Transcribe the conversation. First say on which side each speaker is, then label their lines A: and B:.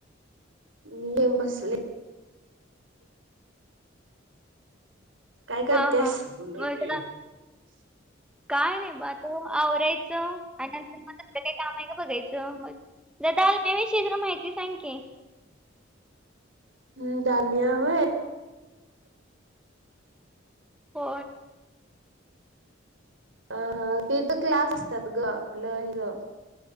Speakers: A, on the right (about 75°); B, in the centre.
A: न बसले काय करतेस
B: हा हा
A: गुंडळकी
B: मग जरा काय नाही बा तो आवरायचं आणि नंतर मग काही काम आहे का बघायचं जर दालम्या विषय माहिती सांग की
A: हम्म दमिया वय
B: हो
A: हा हा तेथ क्लास असतात ग आपलं ह